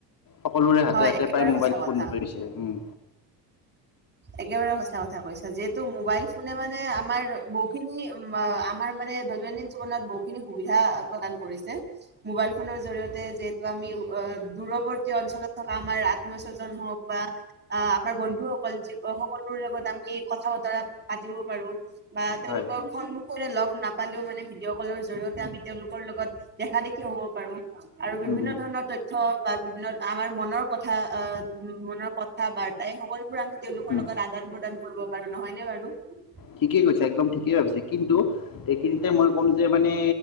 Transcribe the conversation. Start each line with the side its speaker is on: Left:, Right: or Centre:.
Left: সকলোৰে হাতে
Right: হয়,
Left: হাতে
Right: একেবাৰে
Left: প্ৰায় মোবাইল
Right: সঁচা কথা।
Left: ফোন ধৰিছে, উম।
Right: একেবাৰে সঁচা কথা কৈছা, যিহেতু মোবাইল। ফোনে মানে, আমাৰ বহুখিনি আমাৰ মানে দৈনন্দিন জীৱনত বহুখিনি সুবিধা প্ৰদান কৰিছে। মোবাইল ফোনৰ জৰিয়তে যিহেতু আমি দূৰৱৰ্তী অঞ্চলত থকা আমাৰ আত্ম স্বজন হওক বা, আমাৰ বন্ধুসকল যি। সকলোৰ লগত আমি কথা বতৰা পাতিব পাৰো বা তেওঁলোকক
Left: হয়
Right: সন্মুখৰে লগ নাপালেও মানে ভিডিঅ' কলৰ জৰিয়তে আমি তেওঁলোকৰ লগত দেখা দেখি হ'ব পাৰো আৰু বিভিন্ন
Left: উম, উম,
Right: ধৰণৰ তথ্য বা বিভিন্ন আমাৰ মনৰ কথা অ মনৰ কথা বাৰ্তাই এই সকলোবোৰ আমি তেওঁলোকৰ
Left: উম।
Right: লগত আদান প্ৰদান কৰিব পাৰো নহয় নে বাৰু হ <inaudible>
Left: ঠিকেই কৈছা একদম ঠিকেই ভাবিছে কিন্তু এইখিনিতে মই ক'ম যে মানে